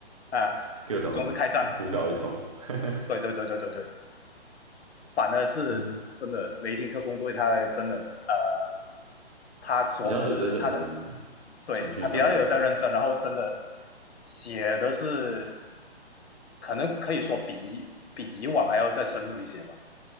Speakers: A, on the left; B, on the right.
A: 啊，
B: 各种胡搞一通。
A: 总是开战，嗯，
B: <laughs>
A: 对对对对对对。反而是真的雷霆特工队，
B: 嗯，
A: 他真的呃，他琢磨的他的，
B: 比较有在认真
A: 对他比较有在认真，
B: 情绪上面，对啊。
A: 然后真的写的是，可能可以说比比以往还要再深入一些吧，